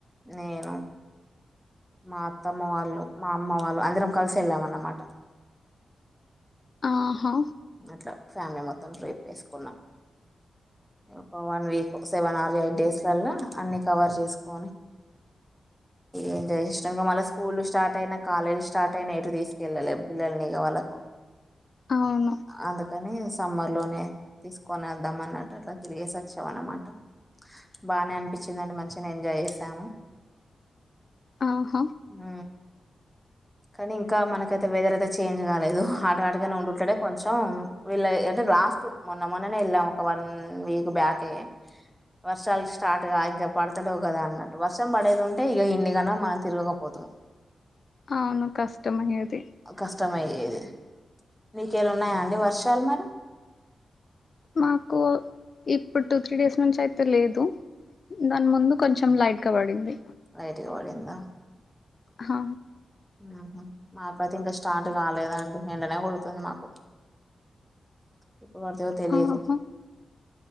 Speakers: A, in the centre; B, on the left (about 40°).
A: నేను మా అత్తమ్మ వాళ్ళు మా అమ్మ వాళ్ళు అందరం కలిసి వెళ్లాం అన్నమాట
B: ఆహ
A: అట్ల ఫ్యామిలీ మొత్తం పోయి ట్రిప్ వేసుకున్నాం ఒక one week seven or eight days లల్ల అన్ని కవర్ చేసుకోని ఎందయి ఇష్టం మళ్ళీ స్కూల్ స్టార్ట్ అయిన కాలేజ్ స్టార్ట్ అయినా ఎటు తీసుకెళ్ళలేం పిల్లల్ని ఇక వాళకు
B: అవును
A: అందు కని సమ్మర్ లోనే తీసుకొని వెల్ద్దాం అన్నట్టు అట్లా తిరిగేస వచ్చాం అనమాట బానే అనిపించిందండి మంచిగ నె ఎంజాయ్ చేసాము
B: ఆహ
A: హు కానీ ఇంక మనకైతే వెదర్ అయితే చేంజ్ కాలేదు హాట్గా హాట్గానే ఉండుంటనే కొంచెం వీళ్ళ అంటే లాస్ట్ మొన్న మొన్ననే వెళ్ళాము ఒక వన్ వీక్ బ్యాకే వర్షాలు స్టార్ట్ ఇంకా పడతలేవు కదా అన్నట్టు వర్షం పడేది ఉంటే ఇక ఇన్ని కన తిరుగ పోతుం
B: అవును కష్టమయ్యేది
A: కష్టం అయ్యేది నీ కాడ ఉన్నాయా అండి వర్షాలు మరి
B: మాకు ఇప్పుడు టూ త్రీ డేస్ నుంచి అయితే లేదు దాని ముందు కొంచెం లైట్ కబడింది
A: లైట్ గ పడిందా
B: హ
A: ఉహు మాకు అయితే ఇంకా స్టార్ట్ కాలేదా అండి ఎండనే కొడుతుంది మాకు ఇప్పుడు పడతాయో తెలియదు
B: ఆహా